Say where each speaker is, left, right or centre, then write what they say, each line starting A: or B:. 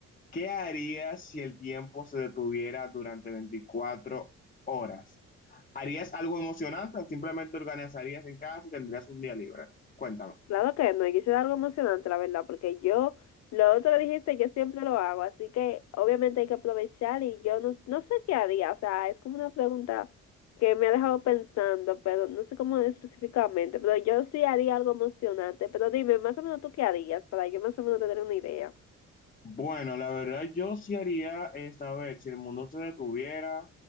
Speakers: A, on the left (about 25°); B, on the left (about 60°).
A: ¿Qué harías si el tiempo se detuviera durante veinticuatro horas? ¿Harías algo emocionante o simplemente organizarías en casa y tendrías un día libre? Cuéntame.
B: Claro que no, y quise dar algo emocionante, la verdad, porque yo, lo otro que dijiste, yo siempre lo hago, así que obviamente hay que aprovechar y yo no, no sé qué haría, o sea, es como una pregunta que me ha dejado pensando, pero no sé cómo específicamente, pero yo sí haría algo emocionante, pero dime, más o menos tú qué harías, para yo más o menos tener una idea.
A: Bueno, la verdad yo sí haría es, a ver, si el mundo se detuviera